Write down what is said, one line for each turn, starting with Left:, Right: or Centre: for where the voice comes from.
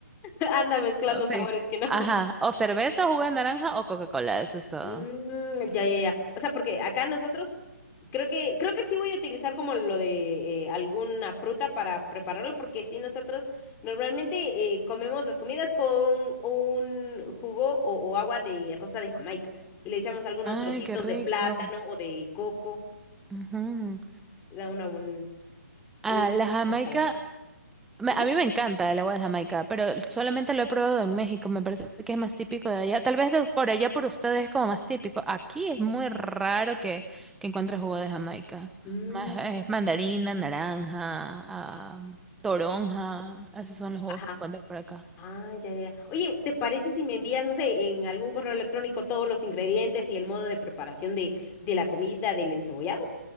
Left: ya. <laughs> Anda mezclando
Centre: Sí.
Left: sabores que no.
Centre: Ajá. O cerveza, jugo de naranja o Coca-Cola. Eso es todo.
Left: Mm, ya, ya, ya. O sea, porque acá nosotros creo que creo que sí voy a utilizar como lo de eh, alguna fruta para prepararlo, porque sí nosotros normalmente eh, comemos las comidas con un jugo o, o agua de rosa de Jamaica y le echamos algunos
Centre: Ay,
Left: trocitos
Centre: qué rico.
Left: de plátano o de coco,
Centre: Ujú.
Left: da una, un,
Centre: Ah,
Left: un
Centre: la Jamaica.
Left: buen sabor.
Centre: me-
Left: Ujú.
Centre: A mí me encanta el agua de Jamaica, pero solamente lo he probado en México. Me parece que es más típico de allá. Tal vez de- por allá por ustedes es como más típico. Aquí es muy raro que, que encuentres jugo de Jamaica.
Left: Mm,
Centre: Más, es mandarina, naranja, ah,
Left: ah, mm,
Centre: toronja. Esos son los jugos
Left: Ajá.
Centre: que encuentras por acá.
Left: Ah, ya, ya. ya. Oye, ¿te parece si me envías, no sé, en algún correo electrónico todos los ingredientes y el modo de preparación de, de la comida del encebollado?